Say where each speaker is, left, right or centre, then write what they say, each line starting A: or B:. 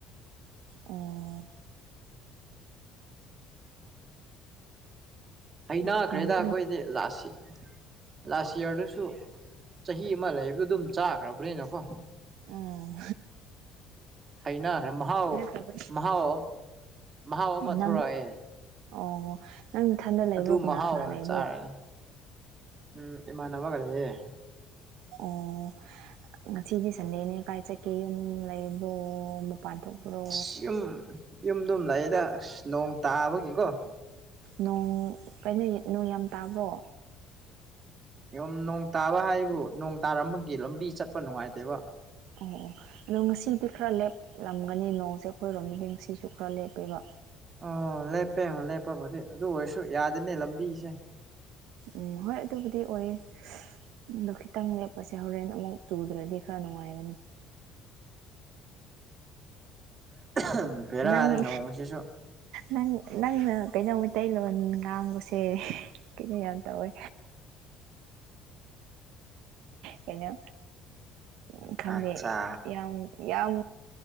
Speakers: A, on the right (about 75°); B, on the right (about 30°).
A: ꯑꯣ
B: ꯍꯩꯅꯈ꯭ꯔꯦꯗ
A: ꯈꯨꯟ ꯀꯨꯝꯗ꯭ꯔ
B: ꯑꯩꯈꯣꯏꯗꯤ ꯂꯥꯛꯁꯤ ꯂꯥꯁ ꯏꯌꯥꯔꯗꯁꯨ ꯆꯍꯤ ꯑꯃ ꯂꯩꯕꯗꯣ ꯑꯗꯨꯝ ꯆꯥꯈ꯭ꯔꯕꯅꯤꯅꯀꯣ
A: ꯎꯪ
B: ꯍꯩꯅꯈ꯭ꯔꯦ ꯃꯍꯥꯎ
A: ꯇꯧꯋꯦ
B: ꯃꯍꯥꯎ ꯃꯍꯥꯎ ꯑꯃ
A: ꯅꯪ
B: ꯊꯣꯛꯔꯛꯑꯦ
A: ꯑꯣ ꯅꯪ ꯃꯊꯟꯗ ꯂꯩꯕ꯭ꯔꯣ
B: ꯑꯗꯨ ꯃꯍꯥꯎꯅ
A: ꯀꯅꯥ ꯀꯅꯥ ꯂꯩꯕ꯭ꯔꯣ
B: ꯆꯥꯔꯦꯅ ꯎꯝ ꯏꯃꯥꯟꯅꯕꯒ ꯂꯩꯌꯦ
A: ꯑꯣ ꯉꯁꯤꯗꯤ ꯁꯟꯗꯦꯅꯦ ꯀꯥꯏ ꯆꯠꯀꯦ ꯌꯨꯝ ꯂꯩꯕ꯭ꯔꯣ ꯊꯣꯛꯄ꯭ꯔꯣ
B: ꯑꯁ ꯌꯨꯝ ꯌꯨꯝꯗꯨꯝ ꯂꯩꯗ ꯑꯁ ꯅꯣꯡ ꯇꯥꯕꯒꯤꯀꯣ
A: ꯅꯣꯡ ꯀꯩꯅꯣ ꯅꯣꯡ ꯌꯥꯝ ꯇꯥꯕ꯭ꯔꯣ
B: ꯌꯣꯝ ꯅꯣꯡ ꯇꯥꯕ ꯍꯥꯏꯕꯨ ꯅꯣꯡ ꯇꯥꯔꯝꯃꯒꯤ ꯂꯝꯕꯤ ꯆꯠꯄ ꯅꯨꯡꯉꯥꯏꯇꯦꯕ
A: ꯑꯣ ꯑꯣ ꯑꯗꯣ ꯉꯁꯤꯗꯤ ꯈꯔ ꯂꯦꯞꯂꯝꯒꯅꯤ ꯅꯣꯡꯁꯦ ꯑꯩꯈꯣꯏꯔꯣꯝꯗꯗꯤ ꯉꯁꯤꯁꯨ ꯈꯔ ꯂꯦꯞꯄꯦꯕ
B: ꯑꯣ ꯂꯦꯞꯄꯦ ꯂꯦꯞꯄꯕꯨꯗꯤ ꯑꯗꯨ ꯑꯣꯏꯔꯁꯨ ꯌꯥꯗꯅꯦ ꯂꯝꯕꯤꯁꯦ
A: ꯎꯝ ꯍꯣꯏ ꯑꯗꯨꯕꯨꯗꯤ ꯑꯣꯏꯌꯦ ꯑꯗꯣ ꯈꯤꯇꯪ ꯂꯦꯞꯄꯁꯦ ꯍꯣꯔꯦꯟ ꯑꯃꯨꯛ ꯇꯨꯗ꯭ꯔꯗꯤ ꯈꯔ ꯅꯨꯡꯉꯥꯏꯒꯅꯤ
B: ꯎꯝ ꯄꯦꯔꯛꯑꯅꯤ
A: ꯅꯪ
B: ꯅꯣꯡꯁꯤꯁꯨ
A: ꯅꯪ ꯅꯪꯅ ꯀꯩꯅꯣ ꯃꯩꯇꯩꯂꯣꯟ ꯉꯥꯡꯕꯁꯦ ꯀꯩꯅꯣ ꯌꯥꯝ ꯇꯧꯋꯦ ꯀꯩꯅ ꯪꯎ ꯈꯪꯗꯦ
B: ꯑꯠꯆꯥ
A: ꯌꯥꯝ ꯌꯥꯝ